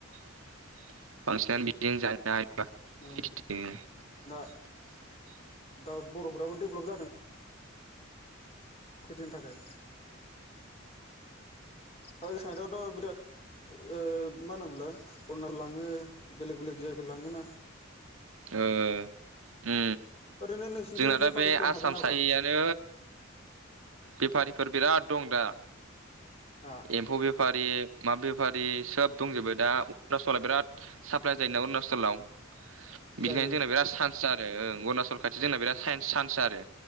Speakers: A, on the right (about 85°); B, on the left (about 30°).
A: बांसिनानो बिदिजों जा
B: ओ
A: <unintelligible>
B: दा दा बर'फोराबो डेभलप जादों। खेथिनि थाखाय ओ साइडआवथ' बिराद ओ मा होनोमोनलाय आरूनाल लाङो बेलेग बेलेग जायगायाव लाङो ना
A: ओ उ
B: ओरैनो नोंसिनिथिं
A: जोंना
B: बेफारिफोर
A: दा बे आसाम
B: हाबो नामा
A: सायनिआनो बेफारिफोर बिराद दं दा
B: आ
A: एम्फौ बे फारि मा बेफारि सोब दंजोबो दा अरुणाचला बिराद साप्लाय जायोना अरुणाचलाव।
B: जायो
A: बिनिखायनो जोंना बिराद सान्स <unintelligible> <unintelligible> ओं अरुणाचल खाथि जोंना बिराद साइन्स सान्स आरो